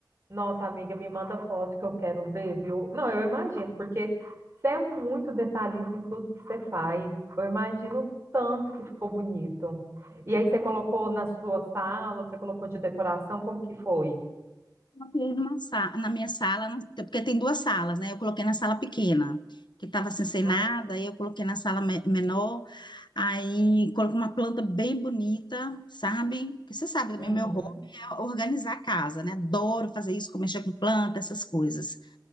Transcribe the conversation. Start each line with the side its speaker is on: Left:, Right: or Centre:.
Right: Nossa, amiga, me manda foto que eu quero ver, viu? Não, eu imagino, porque você é muito detalhista em tudo que você faz. Eu imagino o tanto que ficou bonito. E aí você colocou na sua sala, você colocou de decoração, como que foi?
Left: Coloquei numa sa- na minha sala, na- porque tem duas salas, né? Eu coloquei na sala pequena, que estava assim, sem
Right: Ah,
Left: nada, aí eu coloquei na sala me- menor. Aí coloco uma planta bem bonita, sabe? Porque você sabe também,
Right: Uhum.
Left: meu hobby é organizar a casa, né? Adoro fazer isso, mexer com planta, essas coisas.